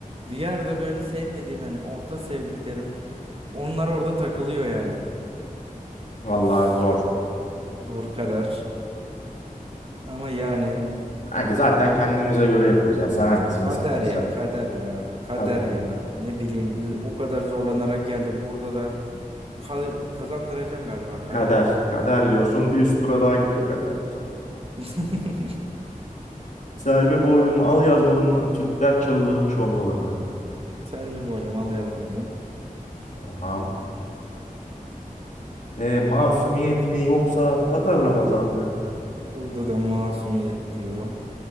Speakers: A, on the right (about 40°); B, on the left (about 60°).
A: Diğer de böyle sevmediğim hani orta sevdiklerim onlar orada takılıyor yani.
B: Vallahi
A: Of
B: zor.
A: zor karar ama yani
B: Kanka zaten kendimize göre yapıyoruz ya. Sen hangisini
A: Kader
B: seversen.
A: ya, kader ya, kader
B: Kader.
A: ya. Ne bileyim biz o kadar zorlanarak geldi. Burada da ka- kazandıracağım galiba kadere.
B: Kader. Kader diyorsun. Bir üst tura daha gidiyor kader.
A: <laughs>
B: Selvi Boylum al yazmalı mı? Türkler çalılırmış olmalı mı?
A: Selvi boylum al yazmadım.
B: Tamam. E, Masumiyet mi yoksa Tatar Ramazan mı?
A: Burada da masumiyet diyorum.